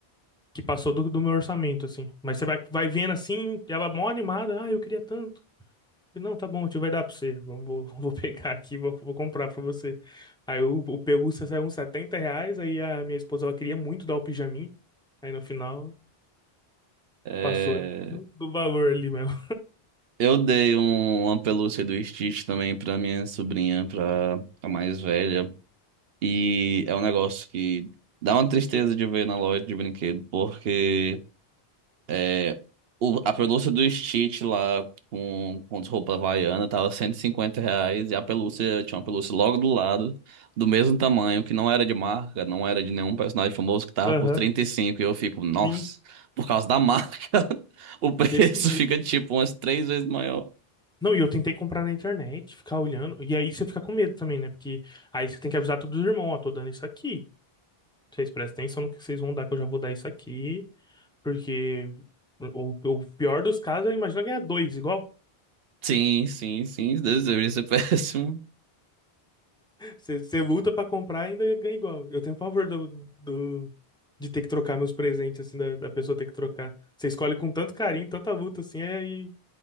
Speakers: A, in the centre; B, on the right (about 70°).
A: que passou do, do meu orçamento, assim. Mas você vai, vai vendo assim, ela mó animada, ah, eu queria tanto. Não, tá bom, o tio vai dar pra você. Vamos, vou, <laughs> vou pegar aqui, vou, vou comprar pra você. Aí o, o pelúcia saiu uns 70 reais, aí a minha esposa, ela queria muito dar o pijaminha. Aí no final,
B: É...
A: passou do valor ali mesmo.
B: Eu dei um, uma pelúcia do Stitch também pra minha sobrinha, pra a mais velha. E é um negócio que dá uma tristeza de ver na loja de brinquedo, porque é, o- a pelúcia do Stitch lá com, com as roupas havaiana tava 150 reais e a pelúcia, tinha uma pelúcia logo do lado, do mesmo tamanho, que não era de marca, não era de nenhum personagem famoso, que tava
A: <laughs> Aham,
B: por 35 e cinco. E eu fico, nossa,
A: sim,
B: por causa da marca, <laughs> o preço
A: desse jeito.
B: fica tipo umas três vezes maior.
A: Não, e eu tentei comprar na internet, ficar olhando. E aí você fica com medo também, né? Porque aí você tem que avisar todos os irmãos, ó, tô dando isso aqui. Vocês prestem atenção no que vocês vão dar, que eu já vou dar isso aqui. Porque o, o pior dos casos, é imagina ganhar dois igual.
B: Sim, sim, sim. Deus, deveria ser <laughs> péssimo.
A: Você você luta pra comprar e ainda ganha igual. Eu tenho pavor do, do, de ter que trocar meus presentes, assim, da, da pessoa ter que trocar. Você escolhe com tanto carinho, tanta luta, assim, aí